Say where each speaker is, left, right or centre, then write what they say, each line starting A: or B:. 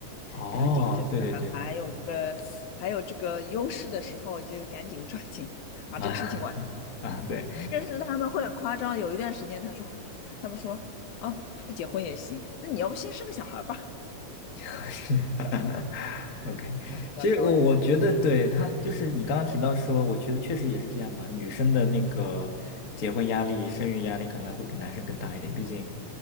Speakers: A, on the left; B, on the left.
A: 哦，
B: 赶紧就是还有这个还有这个优势的时候，
A: 对对对，
B: 就赶紧抓紧把这个事情完。
A: <laughs> 啊啊，对，
B: 但是他们会很夸张，有一段时间他说，他们说，哦，不结婚也行，那你要不先生个小孩儿吧？
A: <laughs> OK，
B: 嗯，比较着急，
A: 其实我我觉得对他就是你刚刚提到说，我觉得确实也是这样嘛。女生的那个结婚压力、生育压力可能会比男生更大一点，毕竟